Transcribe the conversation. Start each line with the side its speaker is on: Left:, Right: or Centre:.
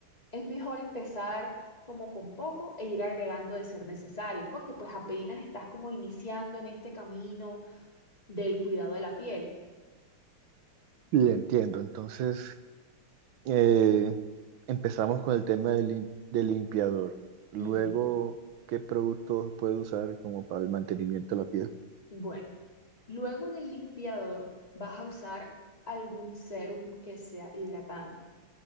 Left: es mejor empezar como con poco e ir agregando de ser necesario, porque pues apenas estás como iniciando en este camino del cuidado de la piel.
Right: Y entiendo, entonces eh, empezamos con el tema del, lim- del limpiador. Luego,
Left: Ujú.
Right: ¿qué productos puede usar como para el mantenimiento de la piel?
Left: Bueno. Luego del limpiador vas a usar algún serum que sea hidratante.